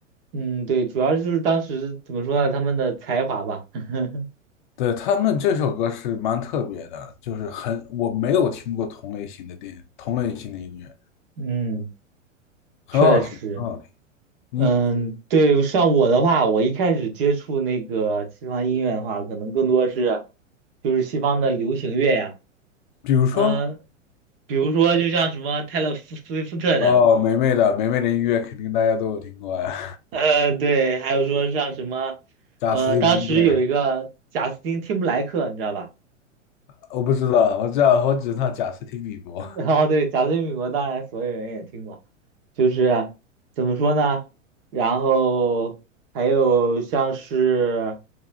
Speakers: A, on the right; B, on the left.
A: 嗯，对，主要就是当时怎么说呢？他们的才华吧，<laughs>
B: 对，他们这首歌是蛮特别的，就是很，我没有听过同类型的电影，同类型的音乐，
A: 嗯，
B: 很好听，
A: 确实。
B: 很好听。你
A: 嗯，对，像我的话，我一开始接触那个西方音乐的话，可能更多是就是西方的流行乐呀，
B: 比如说，
A: 嗯，比如说就像什么泰勒·斯威夫特的，
B: 哦，梅梅的梅梅的音乐肯定大家都有听过呀。
A: 嗯，对，还有说像什么，
B: 贾斯汀比伯，
A: 呃，当时有一个贾斯汀汀布莱克，你知道吧？
B: 我不知道，我知道，我只知道贾斯汀比伯。
A: <laughs> 然后对，贾斯汀·比伯当然所有人也听过，就是怎么说呢？然后还有像是